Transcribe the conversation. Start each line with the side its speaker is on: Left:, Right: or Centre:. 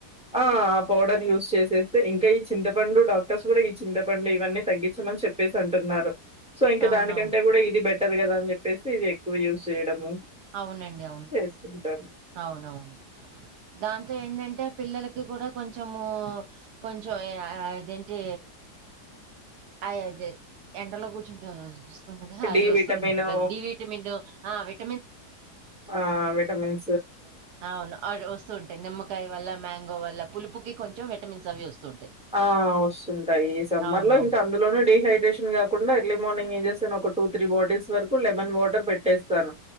Centre: ఆ ఆ పౌడర్ యూజ్ చేసేస్తే ఇంకా ఈ చింత పండు డాక్టర్స్ కూడా ఈ చింతపండు ఇవన్నీ తగ్గించమని చెప్పేసి అంటున్నారు సో ఇంకా
Right: అవునవును.
Centre: దానికంటే కూడా ఇది బెటర్ కదా అని చెప్పేసి ఇది ఎక్కువ యూజ్ చేయడము
Right: అవునండి. అవును.
Centre: చేస్తుంటారు
Right: అవునవును దాంతో ఏంటంటే పిల్లలకి కూడా కొంచెము కొంచెం ఆ అ ఇదేంటి అయి అదే ఎండలో కూర్చుంటె వస్ అది
Centre: డి
Right: వస్తుందిగా
Centre: విటమిను
Right: డి విటమిన్ ఆ వక్
Centre: ఆ విటమిన్
Right: అవును అవును వస్తూంటాయి నిమ్మకాయ వల్ల మ్యాంగో వల్ల పులుపు కొంచెం విటమిన్స్ అవి వస్తు
Centre: ఆ వస్తుంటాయి ఈ సమ్మర్
Right: అవునవును.
Centre: లో ఇంకా అందులోనూ డిహైడ్రేషన్ కాకుండా ఎర్లీ మార్నింగ్ ఏం చేస్తను ఒక టూ త్రీ బాటిల్స్ వరకు లెమన్ వాటర్ పెట్టేస్తాను